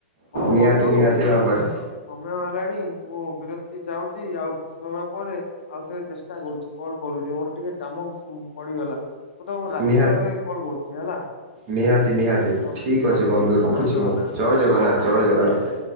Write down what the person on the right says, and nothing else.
ନିହାତି
ନିହାତି ଭାବରେ
ନିହାତି
ନିହାତି ନିହାତି
ଠିକ୍ ଅଛି
ବନ୍ଧୁ ରଖୁଚି
ମୁଁ ଜୟ ଜଗନ୍ନାଥ ଜୟ ଜଗନ୍ନାଥ।